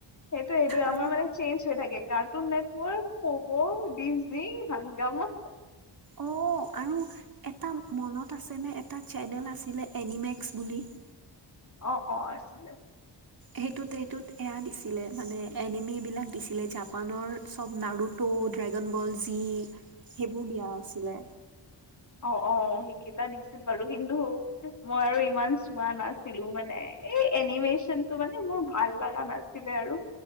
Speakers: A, on the left; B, on the right.
A: সেইটোয়েইটো
B: আৰু
A: আমাৰ মানে চেঞ্জ হৈ থাকে কাৰ্টুন নে মোৰ প'গ, ডিজনি আৰু <unintelligible>
B: অ', আৰু এটা মনত আছেনে এটা চেনেল আছিলে এনিমেক্স বুলি? <unintelligible>
A: অ', অ', আছিলে।
B: সেইটোত সেইটোত এয়া দিছিলে মানে এনিমিবিলাক দিছিলে জাপানৰ চব নাৰুত ত' ড্ৰেগন বল জি, সেইবোৰ দিয়া আছিলে
A: অ', অ', অ', সে কেইটা দিছিল বাৰু, কিন্তু মই আৰু ইমান চোৱা নাছিলোঁ মানে এই এনিমেচন কিন্তু মানে মোৰ ভাল লগা নাছিলে আৰু